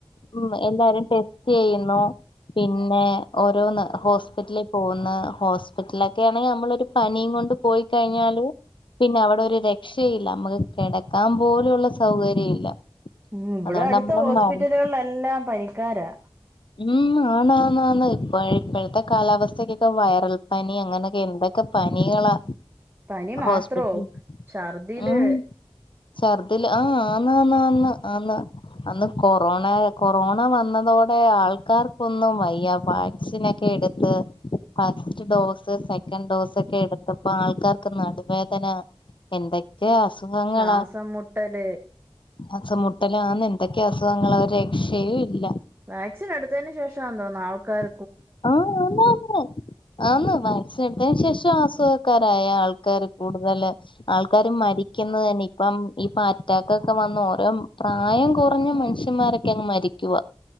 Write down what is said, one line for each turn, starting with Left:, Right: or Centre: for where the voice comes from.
Left: ഉം എല്ലാരും ടെസ്റ്റ് ചെയ്യുന്നു പിന്നെ ഓരോന്ന് ഹോസ്പിറ്റലിൽ പോവുന്ന ഹോസ്പിറ്റലൊക്കെ ആണെങ്കി നമ്മളൊരു പനിയും കൊണ്ട് പോയി കഴിഞ്ഞാല് പിന്നെ അവിടെ ഒര് രക്ഷയും ഇല്ല നമ്മക്ക് കെടക്കാൻ പോലും ഉള്ള സൗകര്യം ഇല്ല
Right: ഉ ഇവടെ
Left: അതുകൊണ്ട്
Right: അടുത്ത്
Left: നമ്മള്
Right: ഹോസ്പിറ്റലുകളിൽ
Left: മരുന്ന്
Right: എല്ലാം പനിക്കാരാ
Left: ഉം ആണ് ആന്ന് ആന്ന് ഇപ്പോഴെ ഇപ്പഴ്ത്ത കാലാവസ്ഥക്കൊക്കെ വ വൈറൽ പനി അങ്ങനെ ഒക്കെ എന്തൊക്കെ പനികളാ
Right: പനി മാത്രോ
Left: ഹോസ്പിറ്റൽ
Right: ഛർദില്
Left: ഉം ഛർദില് ആഹ ആ ആന്ന ന്ന് ന്നന്ന് ആന്ന് അന്ന് കൊറോണ കൊറോണ വന്നതോടെ ടെ ആൾക്കാർക്കൊന്നും വയ്യ വാക്സിൻ ഒക്കെ എട്ത്ത് ഫസ്റ്റ് ഡോസ് സെക്കൻഡ് ഡോസ് ഒക്കെ എട്ത്തപ്പോ ആൾക്കാർക്ക് നടുവേദന എന്തൊക്കെ സുഖങ്ങളാ
Right: ശ്വാസം മുട്ടല്
Left: അസമുട്ടലാന്ന് ക്കെ അസുഖങ്ങളാ രക്ഷയും ഇല്ല
Right: വാക്സിൻ എടുത്തതിന് ശേഷാന്ന് തോന്നുന്നു ആൾക്കാർ
Left: ആഹ ആന്നാന്ന് ആന്ന് സെണ്ടെ ശേഷ ആസുഖക്കാരായ ആൾക്കാര് കൂടുതല് ആൾക്കാര് മരിക്കുന്നത് തന്നെ ഇപ്പം ഇപ്പ അറ്റാകൊക്കെ വന്ന് ഓരോ പ്രായം കുറഞ്ഞ മനുഷ്യന്മാരൊക്കങ്ങ് മരിക്കുവ